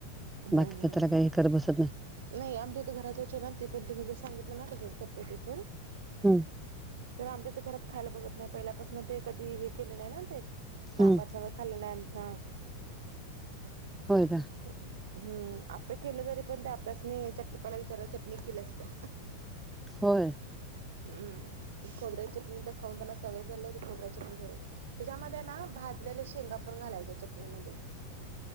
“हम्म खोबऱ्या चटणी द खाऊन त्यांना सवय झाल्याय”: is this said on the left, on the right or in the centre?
Right